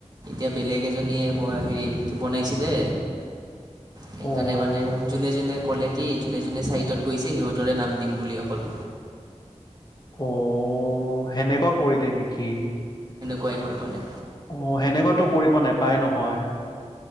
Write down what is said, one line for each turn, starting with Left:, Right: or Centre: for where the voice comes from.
Right: এ বেলেগ এজনীয়ে ব হেৰি বনাইছিলে সেইকাৰণে
Left: অ'
Right: মানে যোনে যোনে কলে কি যোনে যোনে ছাইডত গৈছে সিহঁতৰে নাম দিম বুলি অকল
Left: অ সেনেকুৱা কৰিলে নিকি
Right: কুৱাই হ'ল মানে
Left: অ সেনেকুৱাতো কৰিব নাপায় নহয়